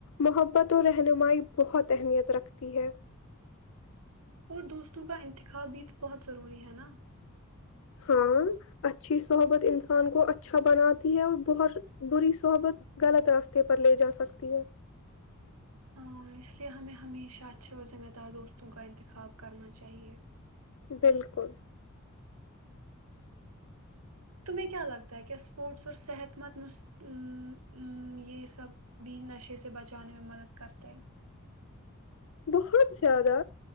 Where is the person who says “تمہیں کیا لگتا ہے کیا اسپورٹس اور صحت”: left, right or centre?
Right